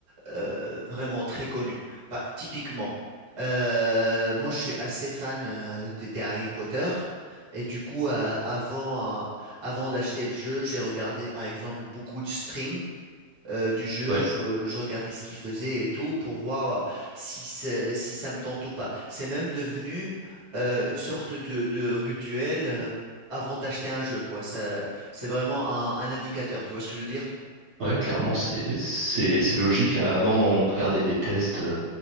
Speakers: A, on the right; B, on the right.
A: euh, vraiment très connus. Bah, typiquement, euh, moi je suis assez fan euh, des, des Harry Potter. Et du coup, euh, avant, euh, avant d'acheter le jeu, j'ai regardé par exemple beaucoup de streams euh, du jeu,
B: ouais,
A: je, je regardais ce qu'il faisait et tout pour voir euh, si, c'est- si ça me tente ou pas. C'est même devenu euh, une sorte de, de rituel euh, avant d'acheter un jeu, quoi. Ça, c'est vraiment un, un indicateur, tu vois ce que je veux dire?
B: ouais, clairement, c'est c'est c'est logique. Avant, on regardait des tests euh,